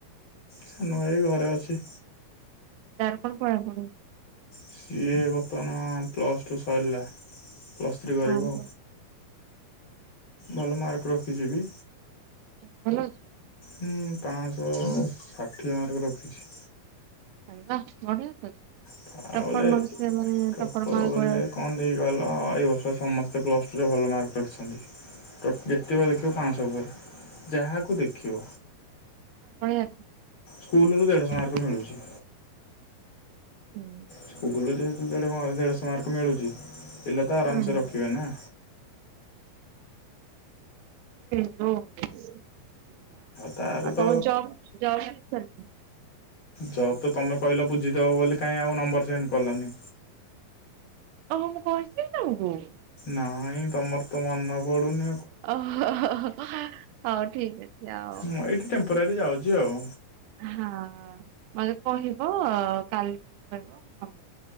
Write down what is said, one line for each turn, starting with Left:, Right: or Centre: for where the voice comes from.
Left: ସାନଭାଇ ଘରେ ଅଛି।
Right: ତାର କଣ ପଢା ପଢ଼ି?
Left: ସିଏ ବର୍ତ୍ତମାନ ପ୍ଲସ୍ ଟୁ ସରିଲା। ପ୍ଲସ ଥ୍ରି କରିବ।
Right: ଆଚ୍ଛା
Left: ଭଲ ମାର୍କ ରଖିଚି ବି।
Right: ଆଛା ଭଲ ଅଛି।
Left: ହୁଁ ପାଆଁଶହ ଷାଠିଏ ମାର୍କ ରଖିଛି।
Right: ଆରେ ବା ବଢ଼ିଆ ତ ଅଛି।
Left: ତା
Right: ଟପର
Left: ବୋଲେ
Right: ମାର୍କ ସେ ମାନେ
Left: ଟପର
Right: ମାର୍କ
Left: ବୋଲେ
Right: ଭଳିଆ
Left: କଣ ଦେଇ ଗଲ ଏଇ ବର୍ଷ ସମସ୍ତେ ସେ ପ୍ଲସ୍ ଟୁରେ ଭଲ ମାର୍କ ରଖିଛନ୍ତି।
Right: ହଁ।
Left: ତା ଜେତୋବେଳେ ଦେଖିବ ପାଆଁଶହ ଉପରେ। ଯାହାକୁ ଦେଖିବ,
Right: ବଢିଆ
Left: ସ୍କୁଲରୁ ଦେଢ଼ଶହ ମାର୍କ
Right: ହୁଁ
Left: ମିଳୁଛି।
Right: ହୁଁ
Left: ସ୍କୁଲ ଯେହେତୁ, ଦେଢ ଦେଢ଼ଶ ମାରକ ମିଳୁଛି। ପିଲା
Right: ହଁ।
Left: ତ ଆରାମସେ ରଖିବେ ନା।
Right: ହେଲୋ <unintelligible> ଏୟା ଆଉ,
Left: ତାର
Right: ଆଉ
Left: ତ
Right: ତମ ଜବ ଜବ ସରିନି?
Left: ଜବ୍ ତମେ କହିଲ ବୁଝିଦବ ବୋଲି କାହିଁ ଆଉ ନମ୍ବର ସେଣ୍ଡ କଲନି
Right: ଓହୋ ମୁଁ କହିଥିଲି କି ତମକୁ?
Left: ନାଇଁ, ତମର ତ ମନେ ପଡୁନି ।
Right: ଓହୋ, ହୋ, ହୋ ହଉ ଠିକ ଅଛି, ଆଉ
Left: ମୁଁ ଏଇଠି ଟେମ୍ପୋରାରୀ ଯାଉଛି ଆଉ।
Right: ହଁ ମତେ କହିବ । କାଲି ଟିକେ କହିବ <inaudible>